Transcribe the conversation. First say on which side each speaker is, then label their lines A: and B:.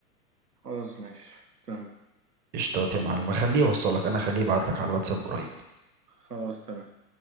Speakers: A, on the right (about 85°); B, on the right (about 20°).
A: خلاص ماشي تمام
B: قشطات يا معلم خليه يوصلك انا خليه يبعت لك على الواتساب قريب
A: خلاص تمام